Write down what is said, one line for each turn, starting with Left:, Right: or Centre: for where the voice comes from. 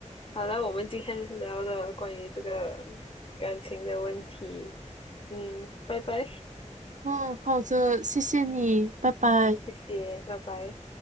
Left: 好了，我们今天聊了关于这个感情的问题，嗯，拜拜，谢
Right: 嗯，好的，谢谢你，拜拜。
Left: 谢，拜拜。